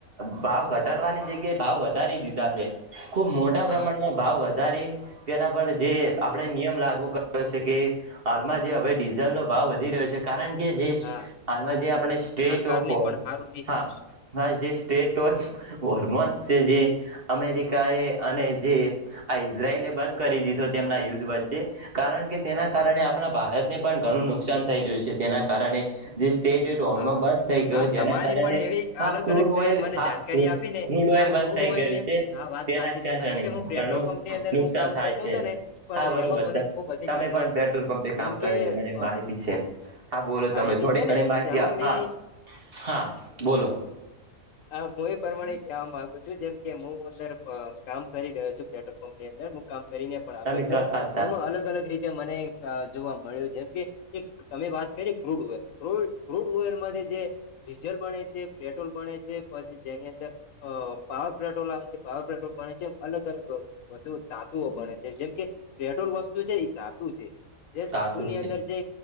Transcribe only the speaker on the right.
ભાવ ઘટાડવાની જગ્યાએ ભાવ વધારી દીધા છે ખૂબ મોટા
પ્રમાણમાં ભાવ વધારી તેના પર જે
આપણે નિયમ લાગુ કર્યો છે કે હાલમાં જે હવે ડીઝલ નો ભાવ વધી રહ્યો છે કારણ કે જે
હાલમાં જે આપણે સ્ટેટ
ઓફ હોય
હા
હ જે સ્ટટ વો છે જે અમેરિકા એ અને જે આ ઈઝરાયલ બંધ કરી દીધો તેમના યુદ્ધ વચ્ચે કારણ કે તેના
કારણે
આપણા ભારતને પણ ઘણું નુકસાન થઈ રહ્યું છે તેના કારણે જે સ્ટેજ હોર્મો
બંધ થઈ ગયો
જેના
કારણે
હા
ક્રૂડ
ઓઇલ
હા
ક્રૂડ
ઓ
લ બંધ
થઈ
ગયું
છે
તેના
કારણે
ઘણું
નુકસાન
થાય
છે
હા બરોબર
છે
તમે
પણ પેટ્રોલ
પંપે
કામ કરેલી
મને
માહિતી છે હા બોલો
તમે થોડી
ઘણી
ત્યાં હા
હા બોલો.
તમે કરતા
જ તા
તાતું
છે.